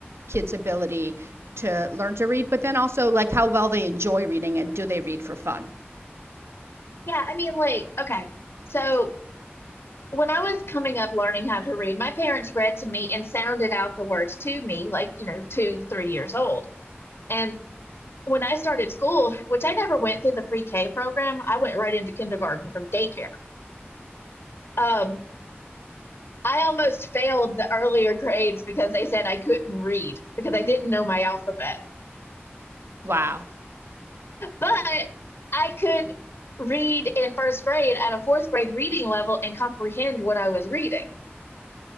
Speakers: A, on the right (about 80°); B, on the left (about 70°).
A: kids' ability to learn to read, but then also like how well they enjoy reading and do they read for fun.
B: Yeah, I mean, like, okay. So when I was coming up learning how to read, my parents read to me and sounded out the words to me, like, you know, two, three years old. And when I started school, which I never went through the pre-K program, I went right into kindergarten from daycare. Um, I almost failed the earlier grades because they said I couldn't read because I didn't know my alphabet.
A: Wow.
B: But I could read in first grade at a fourth grade reading level and comprehend what I was reading.